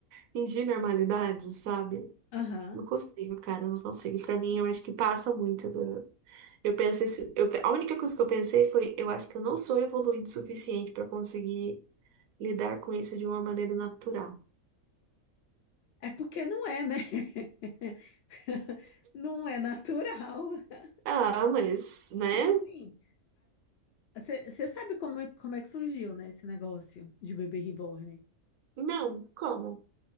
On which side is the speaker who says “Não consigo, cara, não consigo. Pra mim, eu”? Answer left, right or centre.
Right